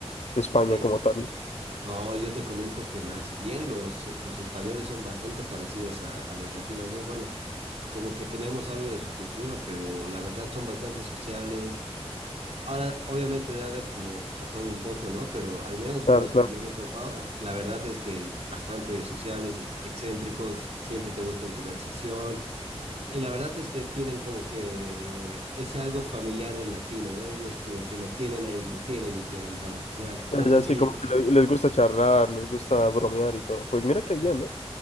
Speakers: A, on the left; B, on the right.
A: España
B: Sí.
A: como tal.
B: No, yo te comento que más bien los, los españoles son bastante parecidos a, a los latinos, ¿no? Bueno, como que tenemos algo de su cultura, pero la verdad son bastante sociables. Ahora, obviamente debe haber como de todo un poco, ¿no? Pero al menos
A: Claro,
B: con las
A: claro.
B: que yo me he topado, la verdad es que bastante sociables ex- excéntricos, siempre te buscan conversación. Y la verdad es que tienen como que ese algo familiar del latino, ¿no? Ellos como que lo tienen ahí, lo tienen implementado. <laughs> O sea, no
A: Allá
B: sé si...
A: sí, como que le- les gusta charlar, les gusta bromear y todo. Pues mira qué bien, ¿eh?